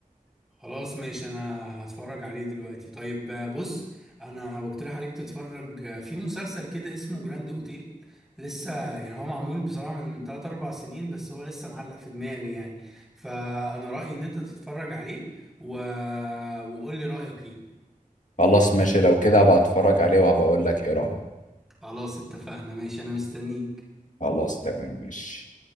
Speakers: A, in the centre; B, on the left.
A: خلاص ماشي انا هتفرج عليه دلوقتي طيب آه، بص انا بقترح عليك تتفرج آه، في مسلسل كده اسمه جراند اوتيل لسه يعني هو معمول بصراحة من 3 4 سنين بس هو لسه معلق في دماغي يعني فانا رأيي ان انت تتفرج عليه و... وقول لي رأيك ايه
B: خلاص ماشي لو كده بقى اتفرج عليه وهبقى اقول لك ايه رأيي
A: خلاص اتفقنا ماشي انا مستنيك
B: خلاص تمام ماشي